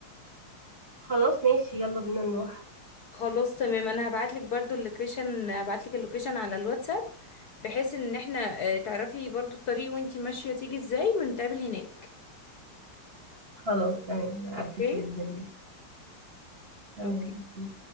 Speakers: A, on the right (about 30°); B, on the left (about 50°).
A: خلاص ماشي يلا بينا نروح
B: خلاص تمام انا هبعتلك برضو اللوكيشن هبعتلك اللوكيشن على الواتساب بحيث ان احنا آه، تعرفي برضو الطريق وانتي ماشية تيجي ازاي ونتقابل هناك
A: خلاص تمام عدت
B: اوكي
A: بإذن الله تمام
B: اوكي
A: أوكي.